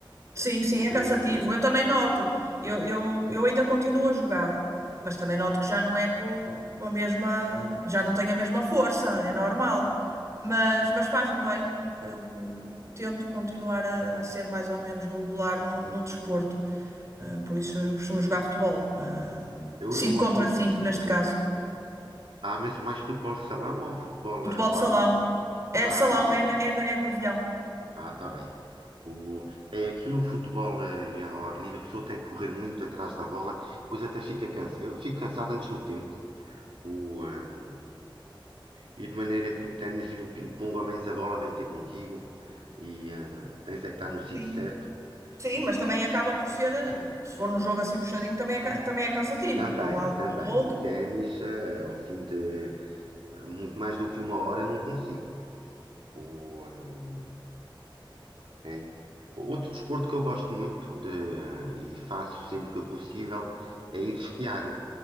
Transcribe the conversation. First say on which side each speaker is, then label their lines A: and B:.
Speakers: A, on the right (about 35°); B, on the right (about 80°).
A: Sim, sim, é
B: O,
A: cansativo. Eu também noto. Eu, eu, eu ainda continuo a jogar, mas também noto que já não é co- com, a mesma, já não tenho a mesma força, é normal. Mas, mas faz-me bem. Eu tento continuar a ser mais ou menos regular no, no desporto. Ah, por isso eu costumo jogar futebol. Ah,
B: eu,
A: 5
B: eu,
A: contra
B: eu-
A: 5 neste
B: é.
A: caso.
B: Há mesmo mais futebol de salão ou futebol
A: Futebol
B: eh, ao
A: de salão.
B: ar livre?
A: É
B: Ah,
A: de salão,
B: tá bem.
A: é, na- é, na- é pavilhão.
B: Ah, tá bem. O, é aquilo, o futebol eh, em ao ar livre, a pessoa tem que correr muito atrás da bola, depois até fica cansa, eu fico cansado antes do tempo. O, ehm, e de maneira que no ténis e no ping-pong, ao menos a bola vem ter contigo e eh, tens é que estar no sítio
A: Sim.
B: certo.
A: Sim,
B: Mas,
A: mas também acaba por ser, eh, se for um jogo assim puxadinho, também é, ca- também é cansativo,
B: Também,
A: de um lado para
B: também.
A: o outro.
B: O ténis, eh, ao fim de eh, muito mais do que uma hora, não consigo. Ou, hum, é. Outro desporto que eu gosto muito de, eh, e faço sempre que possível é ir esquiar.